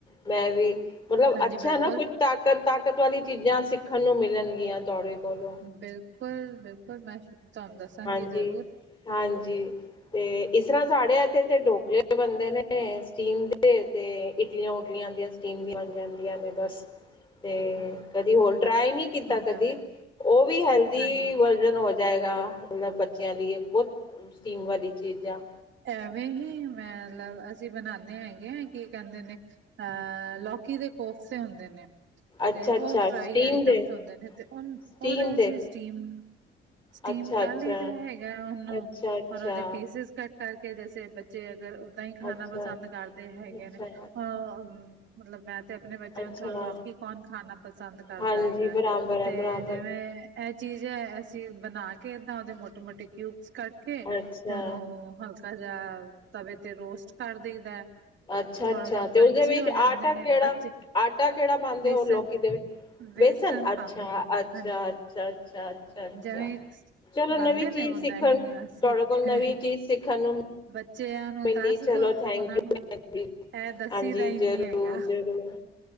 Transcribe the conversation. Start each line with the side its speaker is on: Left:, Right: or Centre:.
Left: ਮੈਂ ਵੀ ਮਤਲਬ
Right: ਹਾਂਜੀ
Left: ਅੱਛਾ
Right: ਬਿਲਕੁਲ,
Left: ਨਾ ਕੁੱਝ ਤਾਕਤ-ਤਾਕਤ ਵਾਲੀ ਚੀਜ਼ਾਂ ਸਿੱਖਣ ਨੂੰ ਮਿਲਣਗੀਆਂ ਤੁਹਾਡੇ ਕੋਲੋਂ।
Right: ਬਿਲਕੁਲ ਬਿਲਕੁਲ ਮੈਂ ਤੁਹਾਨੂੰ ਦੱਸਾਂਗੀ
Left: ਹਾਂਜੀ
Right: ਜ਼ਰੂਰ
Left: ਹਾਂਜੀ ਤੇ ਇਸਰਾ ਸਾਡੇ ਇੱਥੇ ਤੇ ਢੋਕਲੇ ਬਣਦੇ ਨੇ ਸਟੀਮ ਦੇ ਤੇ ਇਡਲੀਆ-ਉਡਲੀਆ ਹੁੰਦੀਆ ਸਟੀਮ ਦੀ ਆ ਜਾਂਦੀਆ ਨੇ ਬਸ। ਤੇ
Right: ਹਾਂਜੀ
Left: ਕਦੀ ਹੋਰ ਟਰਾਈ ਨਹੀਂ ਕੀਤਾ
Right: ਹੁਣ
Left: ਕਦੀ
Right: ਜਿਵੇਂ
Left: ਉਹ ਵੀ ਹੈਲਦੀ
Right: ਹਾਂਜੀ
Left: ਵਰਜ਼ਨ ਹੋ ਜਾਏਗਾ ਮਤਲਬ ਬੱਚਿਆਂ ਲਈ ਬਹੁਤ ਸਟੀਮ ਵਾਲੀ ਚੀਜਾ।
Right: ਐਵੇਂ ਹੀ ਮੈਂ ਲਬ ਅਸ ਅਸੀਂ ਬਣਾਦੇ ਹੈਗੇ ਆ ਕੀ ਕਹਿੰਦੇ ਨੇ ਅਹ ਲੌਕੀ ਦੇ ਕੋਫਤੇ ਹੁੰਦੇ ਨੇ।
Left: ਅੱਛਾ
Right: ਤੇ ਉਹ
Left: ਅੱਛਾ
Right: ਫਰਾਈ
Left: ਸਟੀਮ
Right: ਆਈਟਮਸ
Left: ਦੇ
Right: ਹੁੰਦੇ ਨੇ ਤੇ ਉਨ
Left: ਸਟੀਮ
Right: ਉਦੇ
Left: ਦੇ
Right: ਅਸੀ ਸਟੀਮ ਸਟੀਮ
Left: ਅੱਛਾ
Right: ਕਰ
Left: ਅੱਛਾ
Right: ਲਈਦਾ ਹੈਗਾ ਉਹਨੂੰ
Left: ਅੱਛਾ ਅੱਛਾ
Right: ਔਰ ਉਹਦੇ ਪੀਸਿਸ ਕੱਟ ਕਰਕੇ ਜੈਸੇ ਬੱਚੇ ਅਗਰ ਓਦਾ ਹੀ ਖਾਣਾ
Left: ਅੱਛਾ
Right: ਪਸੰਦ ਕਰਦੇ ਹੈਗੇ
Left: ਅੱਛਾ
Right: ਨੇ ਹ ਮਤਲਬ ਮੈਂ ਤੇ ਆਪਣੇ ਬੱਚਿਆਂ
Left: ਅੱਛਾ
Right: ਨੂੰ ਥੋੜ੍ਹਾ ਲੌਕੀ ਕੌਣ ਖਾਣਾ ਪਸੰਦ ਕਰਦਾ
Left: ਹਾਂਜੀ
Right: ਹੈਗਾ
Left: ਬਰਾਬਰ ਹੈ
Right: ਤੇ
Left: ਬਰਾਬਰ
Right: ਜਿਵੇ ਇਹ ਚੀਜ਼ ਹੈ ਅਸੀਂ ਬਣਾ ਕੇ ਏਦਾਂ ਉਹਦੇ ਮੋਟੇ ਮੋਟੇ ਕਿਊਬਸ ਕੱਟ ਕੇ
Left: ਅੱਛਾ,
Right: ਤੇ ਉਹਨੂੰ ਹਲਕਾ ਜਾ ਤਵੇ ਤੇ ਰੋਸਟ ਕਰ ਦਈਦਾ।
Left: ਅੱਛਾ-ਅੱਛਾ
Right: ਥੋੜਾ ਜਿਹਾ
Left: ਤੇ
Right: ਕਰੰਚੀ
Left: ਉਸਦੇ ਵਿੱਚ
Right: ਹੋ ਜਾਂਦੇ
Left: ਆਟਾ
Right: ਨੇ
Left: ਕਿਹੜਾ,
Right: ਬੱਚੇ
Left: ਆਟਾ ਕਿਹੜਾ ਪਾਉਂਦੇ
Right: ਵੇਸਨ
Left: ਹੋ ਲੋਕੀ ਦੇ ਵਿ
Right: ਵੇਸਨ
Left: ਬੇਸਨ ਅੱਛਾ-ਅੱਛਾ,
Right: ਪਾਉਂਦੇ ਹੈਗੇ ਹਾਂਜੀ
Left: ਅੱਛਾ-ਅੱਛਾ, ਅੱਛਾ-ਅੱਛਾ।
Right: ਜਿਵੇਂ
Left: ਚਲੋ
Right: ਬਣਦੇ
Left: ਨਵੀਂ ਚੀਜ਼
Right: ਨੇ ਓਦਾਂ
Left: ਸਿੱਖਣ
Right: ਹੀ ਅਸੀਂ
Left: ਤੁਹਾਡੇ ਕੋਲ ਨਵੀਂ ਚੀਜ਼ ਸਿੱਖਣ ਨੂੰ
Right: ਬੱਚਿਆਂ ਨੂੰ
Left: ਮਿਲੀ
Right: ਦੱਸਦੋ
Left: ਚਲੋ ਥੈਂਕ
Right: ਉਹਨਾਂ
Left: ਯੂ
Right: ਨੂੰ
Left: ਭੈਣ ਜੀ।
Right: ਇਹ ਦੱਸੀ
Left: ਹਾਂਜੀ
Right: ਦਾ ਹੀ
Left: ਜ਼ਰੂਰ,
Right: ਨੀ ਹੈਗਾ।
Left: ਜ਼ਰੂਰ।